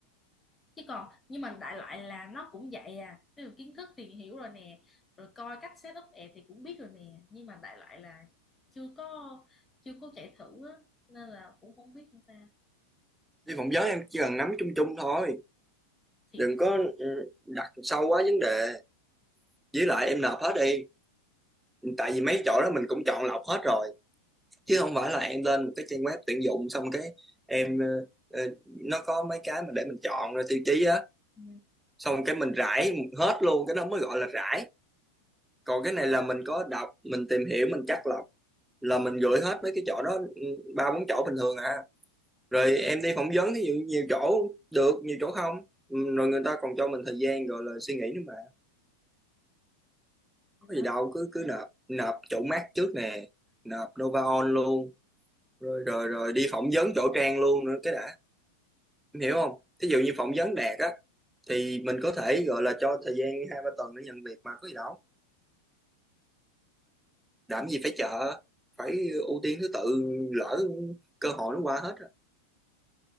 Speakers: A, on the left; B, in the centre.
A: chứ còn nhưng mà đại loại là nó cũng vậy à ví dụ kiến thức thì hiểu rồi nè rồi coi cách set up app thì cũng biết rồi nè nhưng mà đại loại là chưa có chưa có chạy thử á nên là cũng không biết làm sao
B: đi phỏng vấn em chỉ cần nắm chung chung thôi
A: thì
B: đừng có ừ, đặt sâu quá vấn đề với lại em nộp hết đi tại vì mấy chỗ đó mình cũng chọn lọc hết rồi chứ không phải là em lên một cái trang web tuyển dụng xong cái em ờ, ờ, nó có mấy cái mà để mình chọn rồi tiêu chí á
A: ừ,
B: xong cái mình rải hết luôn cái đó mới gọi là rải còn cái này là mình có đọc mình tìm hiểu mình chắt lọc là mình gửi hết mấy cái chỗ đó ừ, ba bốn chỗ bình thường à rồi em đi phỏng vấn thì nhiều, nhiều chỗ được nhiều chỗ không Ừ, rồi người ta còn cho mình thời gian gọi là suy nghĩ nữa mà
A: thì
B: có
A: đó
B: gì đâu cứ cứ nộp nộp chỗ mát trước nè nộp Nova On luôn rồi rồi rồi đi phỏng vấn chỗ Trang luôn nữa cái đã em hiểu không ví dụ như phỏng vấn Đạt á thì mình có thể gọi là cho thời gian hai ba tuần để nhận việc mà có gì đâu làm
A: ừ,
B: gì phải chờ phải ưu tiên thứ tự lỡ cơ hội nó qua hết rồi